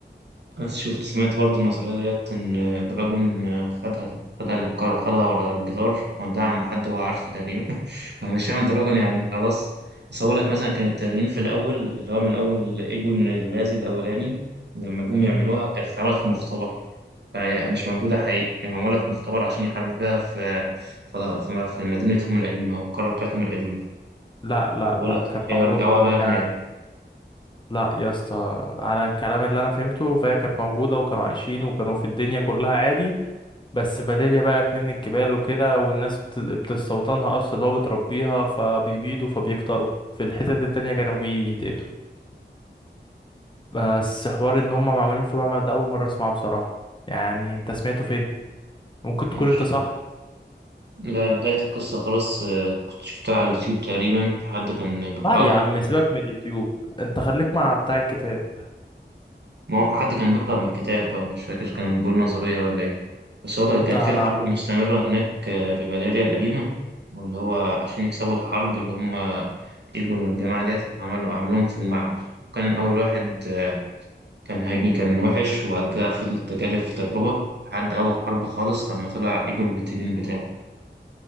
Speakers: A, on the right; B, on the left.
A: بس شفت سمعت برضه النظرية ديت إن دراجون خدها خدها للكار خدها ورا الجدار وداها عند حد هو عارفه تقريبا <laughs> أنا مش فاهم دراجون يعني خلاص بس هقول لك مثلا كان التنانين في الأول اللي هو من أول إيجون الغازي الأولاني لما جم
B: امم
A: يعملوها كانت اتعملت في مختبر فهي مش موجودة حقيقي هي معمولة في مختبر عشان يحاربوا بيها في في في في مدينتهم القديمة أو القارة بتاعتهم القديمة
B: لا لا
A: بقول
B: لا
A: لك
B: كانت
A: هيرجعوها
B: موجودة
A: بقى
B: يعني، لا يا اسطى على الكلام اللي انا فهمته فهي كانت موجوده وكانوا عايشين وكانوا في الدنيا كلها عادي بس فاليريا بقت من الجبال وكده والناس بت- بتستوطنها اصلا اللي هو بتربيها فبيبيدوا فبيكتروا في الحتت التانية كانوا بيتقتلوا بس حوار ان هم معمولين في معمل ده اول مره اسمعه بصراحه يعني انت سمعته فين ممكن تكون
A: هناك
B: انت صح
A: ده بداية القصة خلاص آه، كنت شفتها على اليوتيوب تقريبا فحد كان بيقرأها
B: لا يا عم سيبك من اليوتيوب انت خليك مع بتاع الكتاب
A: ما هو حد كان بيقرأ من كتاب أو مش فاكر كان بيقول نظرية ولا إيه بس هو
B: لا
A: كان في
B: لا
A: حرب
B: لا
A: مستمرة هناك آه، في فاليريا القديمة واللي هو عشان يكسبوا الحرب اللي هم إيجول والجماعة ديت عملوا عملوهم في المعمل وكان أول واحد آه، كان هاجي كان وحش وبعد كده فضل تجارب في تجربة لحد أول حرب خالص لما طلع إيجول بالتنين بتاعه